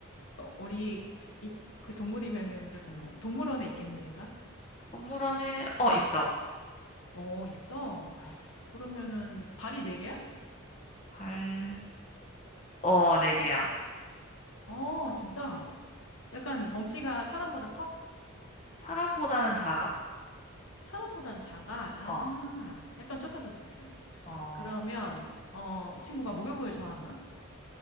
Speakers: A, on the left; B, on the left.
A: 어, 우리, 이, 그 동물이면은, 잠깐만. 동물원에 있겠네, 얘가?
B: 동물원에, 어, 있어.
A: 어, 있어.
B: 어,
A: 그러면은, 발이 네 개야?
B: 팔, 어, 네 개야.
A: 어, 진짜. 약간 덩치가 사람보다 커?
B: 사람보다는 작아.
A: 사람보다는 작아. 아,
B: 어,
A: 약간 좁혀졌어, 지금.
B: 어,
A: 그러면,
B: 어,
A: 어, 이 친구가 목욕을 좋아하나?